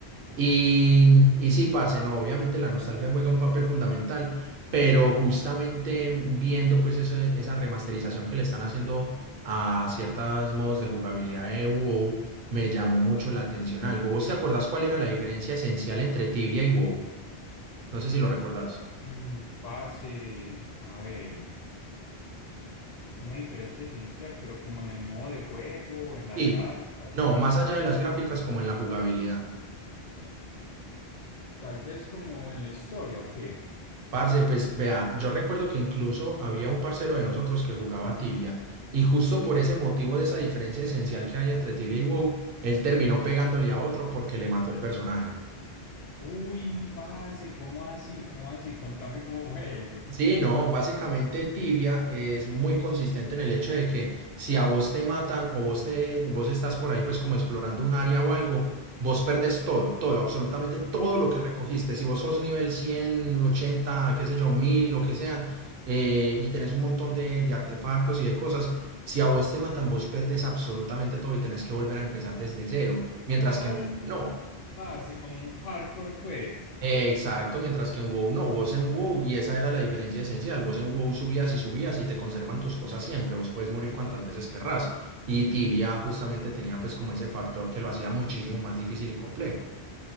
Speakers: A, on the right (about 65°); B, on the left (about 55°).
A: Y, y sí, parce, no, obviamente la nostalgia juega un papel fundamental, pero justamente viendo, pues, esa, esa remasterización que le están haciendo a ciertos modos de jugabilidad de WoW, me llamó mucho la atención algo. ¿Vos te acordás cuál era la diferencia esencial entre Tibia y WoW? No sé si lo recordás.
B: Mm, parce, a ver, una diferencia esencial, pero como en el modo de juego, en las
A: Sí,
B: gráficas,
A: no,
B: ¿o qué?
A: más allá de las gráficas como en la jugabilidad.
B: Tal vez como en la historia, ¿o qué?
A: Parce, pues vea, yo recuerdo que incluso había un parcero de nosotros que jugaba Tibia y justo por ese motivo de esa diferencia esencial que hay entre Tibia y WoW, él terminó pegándole a otro porque le mató el personaje.
B: Uy, parce, ¿cómo así? ¿Cómo así? Contame cómo fue eso.
A: Sí, no, básicamente Tibia es muy consistente en el hecho de que si a vos te matan o vos te, vos estás por ahí pues como explorando un área o algo, vos perdés todo, todo, absolutamente todo
B: Sí.
A: lo que recogiste. Si vos sos nivel 100, 80, qué sé yo, 1000, lo que sea, eh, y tenés un montón de, de artefactos y de cosas, si a vos te matan, vos perdés absolutamente todo y tenés que volver a empezar desde cero, mientras
B: Ay,
A: que no.
B: parce, como un hardcore, pues.
A: Exacto, mientras que en WoW no, vos en WoW, y esa era la diferencia esencial, vos en WoW subías y subías y te conservan tus cosas siempre, vos puedes morir cuantas veces querrás. Y Tibia justamente tenía pues como ese factor que lo hacía muchísimo más difícil y complejo.